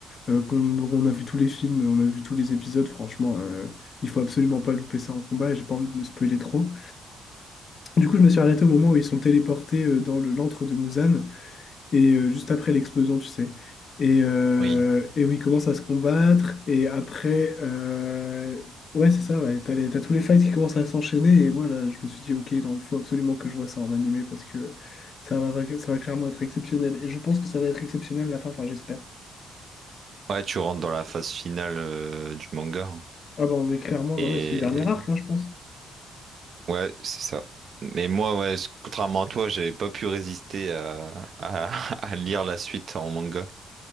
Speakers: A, on the left; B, on the right.
A: euh, qu'on on a vu tous les films, on a vu tous les épisodes. Franchement, euh, il faut absolument pas louper ça en combat. Et J'ai pas envie de me spoiler trop. Du coup, je me suis arrêté au moment où ils sont téléportés euh, dans le l'antre de Muzan et euh, juste après l'explosion, tu sais. Et, euh,
B: Oui.
A: et où ils commencent à se combattre. Et après, euh, ouais, c'est ça. Ouais, t'as les- t'as tous les fights qui commencent à s'enchaîner. Et moi, là, je me suis dit, ok, il faut absolument que je vois ça en animé parce que ça va, ça va clairement être exceptionnel. Et je pense que ça va être exceptionnel à la fin. Enfin, j'espère.
B: Ouais, tu rentres dans la phase finale euh, du manga. hein.
A: Ah bah on est clairement, ouais,
B: Et
A: c'est le dernier arc, hein, je pense.
B: Ouais, c'est ça. Mais moi, ouais, je- contrairement à toi, j'avais pas pu résister à, à, <laughs> à lire la suite en manga.